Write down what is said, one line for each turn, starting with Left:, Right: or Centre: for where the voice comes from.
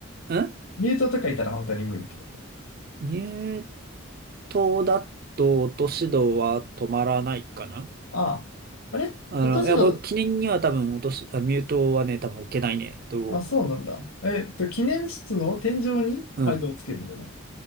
Right: ん
Left: ミュートとかいたら本当に無理ってこと。
Right: 入刀だと落とし戸は止まらないかな
Left: ああ。あれ私の
Right: あの、いや、これ記念には多分落とす、あ、ミュートはね、多分置けないね。と、
Left: あ、そうなんだ。えっと、記念室の天井にガイドをつけるんだね。
Right: うん。